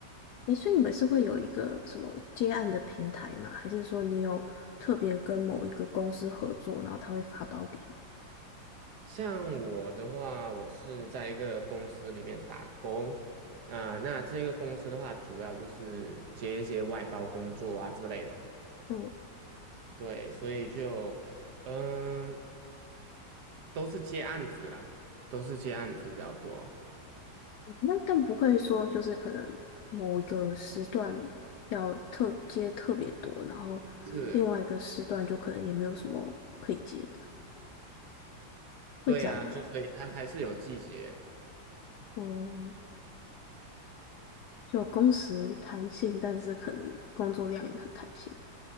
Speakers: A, on the left; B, on the right.
A: 诶，所以你们是会有一个什么接案的平台吗？还是说你有特别跟某一个公司合作，然后他会发包给你？
B: 像我的话，我是在一个公司里面打工，啊、那这个公司的话，主要就是接一些外包工作啊之类的，
A: 嗯，
B: 对，所以就，嗯，都是接案子啦，都是接案子比较多，
A: 那更不会说就是可能某一个时段要特接特别多，然后另外一个时段就可能也没有什么可以接的，
B: 是，
A: 会这样吗？
B: 对啊，就所以它还是有季节，
A: 嗯，就工时弹性，但是可能工作量也很弹性。